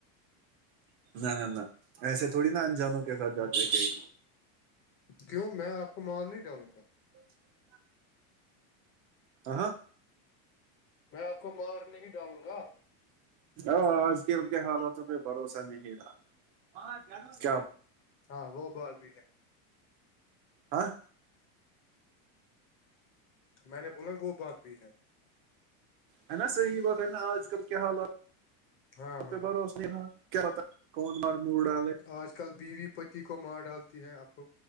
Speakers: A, on the right; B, on the left.
A: نہ نہ نہ ایسے تھوڑی نا انجانوں کے ساتھ جاتے ہیں کہئی
B: کیوں میں آپ کو مار نہیں ڈالوں گا
A: ج ہ ہ
B: میں آپ کو مار نہیں ڈالوں گا
A: آج کل کے حالاتوں پہ بھروسہ نہیں رہا کیا
B: ہاں وہ بار بھی ہے
A: ہاں
B: میں نے بولا وہ بات بھی ہے
A: ہے نا صحیح بات میں آج کل کیا حالات
B: ہاں ہاں
A: پہ بھروس نہیں کیا پتا کون مار موڈ والے
B: آج کل بیوی پتی کو مار ڈالتی ہے اب تو